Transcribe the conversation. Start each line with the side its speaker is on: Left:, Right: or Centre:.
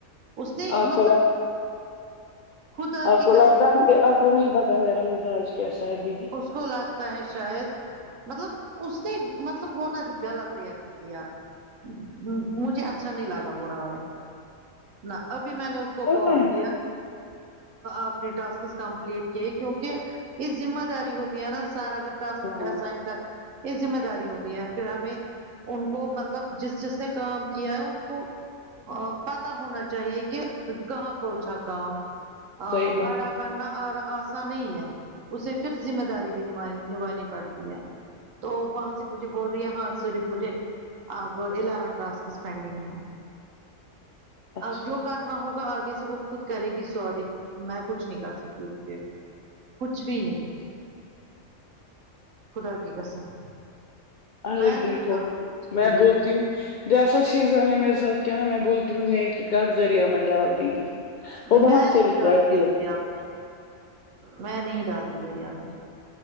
Right: اس نے
Left: آپ
Right: مطلب
Left: کو لگتا
Right: خدا
Left: آپ
Right: کی
Left: کو
Right: قسم
Left: آسان آپ کو نہیں پتا میرا مزاج کیسا ہے دیدی
Right: اس کو لگتا ہے شاید مطلب اس نے مطلب وہ نہ غلط ریاکٹ کیا ہمم مجھے اچھا نہیں لگا وہ رویہ نہ ابھی میں نے اس کو
Left: پتا
Right: کال
Left: ہے
Right: کیا آپ نے ٹاسکس کمپلیٹ کیے کیونکہ یے ذمہ داری ہوتی ہے نا سر اگر ٹاسک
Left: ہاں
Right: پھر
Left: ہم،
Right: سائن کر یے ذمہ داری ہوتی ہے پھر ہمیں ان کو مطلب جس جس نے کام کیا ہے اس کو آ پتا ہونا چاہیے کہ کہاں پہنچا کام ہاں
Left: صحیح بات
Right: بڑا
Left: ہے
Right: بننا اور آسان نہیں ہے اسے پھر ذمہ داری بھی نبھا نبھانی پڑتی ہے تو وہاں سے مجھے بول رہی ہے ہاں صرف مجھے اب الیون ٹاسکس پینڈنگ ہے
Left: اچھا
Right: اب جو کرنا ہوگا آگے سے وہ خود کرے گی سوری میں کچھ نہیں کر سکتی اس کے کچھ بھی نہیں خدا کی قسم
Left: ارے
Right: میں نہیں
Left: بالکل
Right: کروں گی اس کے
Left: میں
Right: لیے
Left: بولتی ہوں جیسا چیز آ نے میرے ساتھ کیا نا میں بولتی ہوں نیکی کر دریا میں ڈال دی تھی وہ وہاں
Right: میں
Left: سے
Right: نہیں
Left: بھی چڑھتی
Right: ڈالوں گی
Left: ہے
Right: دریا میں میں نہیں ڈالتی دریا میں